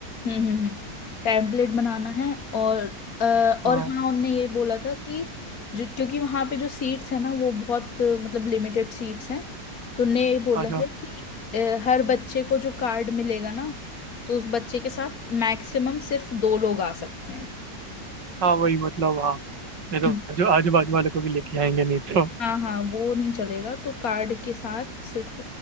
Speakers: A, on the left; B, on the right.
A: हम्म हम्म हम्म टेम्पलेट बनाना है और अ,
B: हाँ
A: और हाँ उनने ये बोला था कि जो क्योंकि वहाँ पे जो सीट्स है ना वो बहुत अ, मतलब लिमिटेड सीट्स हैं तो उनने ये बोला
B: अच्छा
A: है कि अ, हर बच्चे को जो कार्ड मिलेगा ना तो उस बच्चे के साथ मैक्सिमम सिर्फ दो लोग आ सकते
B: हाँ वही मतलब हाँ नहीं तो
A: हैं
B: जो आजू बाजू वाले को भी लेके आएंगे नहीं तो
A: हाँ हाँ वो नहीं चलेगा तो कार्ड के साथ सिर्फ